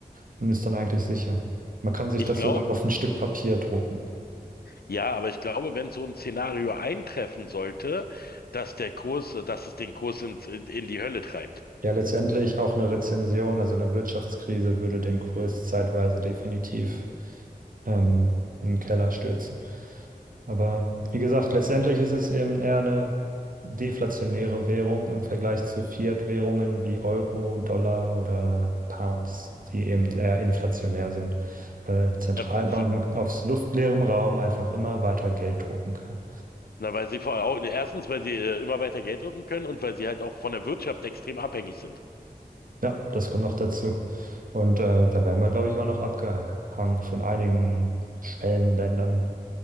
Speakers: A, on the right; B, on the left.
A: und ist dann eigentlich sicher. Man kann sich
B: Ich
A: das
B: glaube,
A: sogar auf ein Stück Papier drucken.
B: ja, aber ich glaube, wenn so ein Szenario eintreffen sollte, dass der Kurs, äh, dass es den Kurs in, in, die Hölle treibt.
A: Ja, letztendlich auch eine Rezession, also eine Wirtschaftskrise würde den Kurs zeitweise definitiv ähm, in den Keller stürzen. Aber wie gesagt, letztendlich ist es eben eher eine deflationäre Währung im Vergleich zu Fiat-Währungen wie Euro, Dollar oder Pounds, die eben eher inflationär sind, weil Zentralbanken
B: Na, f-
A: aus luftleerem Raum einfach immer weiter Geld drucken können.
B: na, weil sie vor, au- erstens, weil sie äh, immer weiter Geld drucken können und weil sie halt auch von der Wirtschaft extrem abhängig sind.
A: Ja, das kommt noch dazu. Und äh, da werden wir, glaube ich, auch noch abgehangen von einigen Schwellenländern,